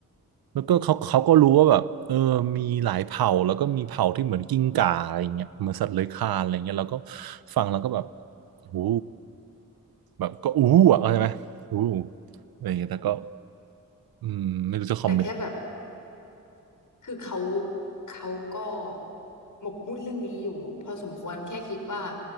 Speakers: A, on the right (about 80°); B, on the left (about 60°).
A: แล้วก็เขาเขาก็รู้ว่าแบบเออมีหลายเผ่าแล้วก็มีเผ่าที่เหมือนกิ้งก่าอะไรเงี้ยเหมือนสัตว์เลื้อยคลานอะไรเงี้ยแล้วก็ฟังแล้วก็แบบอู้แบบก็อู้อ่ะเข้าใจไหมอู้อะไรเงี้ยแต่ก็อืมไม่รู้จะคอมเมนต์
B: แต่แค่แบบ คือเขาเขาก็หมกมุ่นเรื่องนี้อยู่พอสมควรแค่คิดว่า